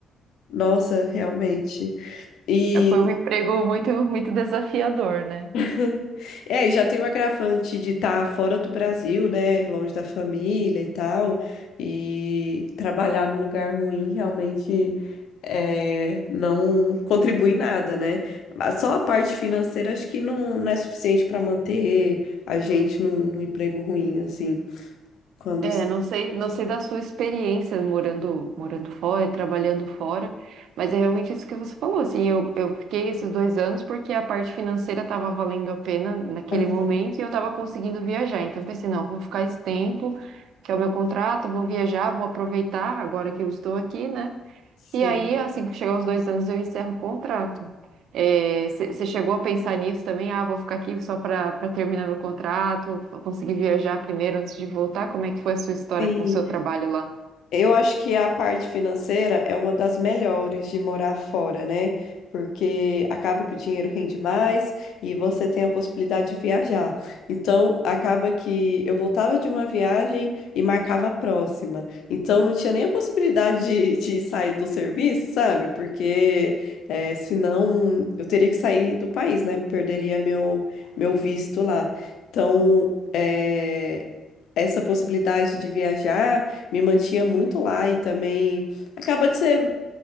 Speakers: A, on the left (about 75°); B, on the right (about 75°).
A: Nossa, realmente. E
B: É, Foi um emprego muito, muito desafiador, né?
A: <laughs> é, e já tem o agravante de estar fora do Brasil, né? Longe da família e tal. E trabalhar num lugar ruim realmente é, não contribui em nada, né? Mas Só a parte financeira acho que não, não é suficiente para manter a gente num, num emprego ruim, assim. Quando.
B: É, não sei, não sei da sua experiência morando, morando fora, trabalhando fora, mas é realmente isso que você falou, assim, eu, eu fiquei esses dois anos porque a parte financeira estava valendo a pena naquele
A: Aham,
B: momento e eu estava conseguindo viajar, então eu pensei, não, vou ficar esse tempo, que é o meu contrato, vou viajar, vou aproveitar agora que eu estou aqui, né?
A: sim.
B: E aí, assim que chegar os dois anos, eu encerro o contrato. Você chegou a pensar nisso também? Ah, vou ficar aqui só para para terminar meu contrato, vou conseguir viajar primeiro antes de voltar? Como é que foi a sua história
A: Sim.
B: com o seu trabalho lá?
A: Eu acho que a parte financeira é uma das melhores de morar fora, né? Porque acaba que o dinheiro rende mais e você tem a possibilidade de viajar. Então, acaba que eu voltava de uma viagem e marcava a próxima. Então, não tinha nem a possibilidade de, de sair do serviço, sabe? Porque eh, senão eu teria que sair do país, né? Perderia meu, meu visto lá. Então, eh, essa possibilidade de viajar me mantinha muito lá e também acaba que você